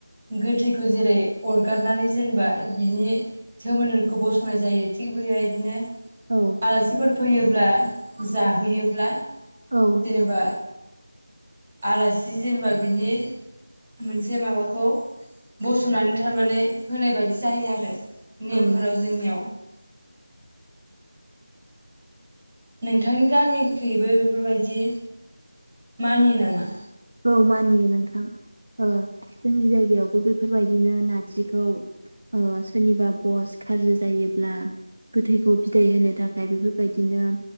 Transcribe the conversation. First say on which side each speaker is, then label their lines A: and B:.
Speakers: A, on the right (about 20°); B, on the right (about 70°).
A: गोथैखौ जेरै अरगारनानै जेनेबा बिनि सोमोनदोखौ बसनाय जायो थिग बेबायबायदिनो
B: औ
A: आलासिफोर फैयोब्ला जाहोयोब्ला
B: औ
A: जेनेबा आलासि जेनेबा बिनि मोनसे माबाखौ बसनानै थारमाने होनाय बायदि जायो आरो नेमफोराव
B: औ
A: जोंनियाव । नोंथांनि गामिखैबो बेफोरबायदि मानियो नामा?
B: औ मानियो नोंथां ओ जोंनि जायगायावबो बेफोरबायदिनो नारजिखौ ओ सोरनिबा भस खाज्रि जायोब्ला गोथैखौ बिदाय होनो थाखाय बेफोरबायदिनो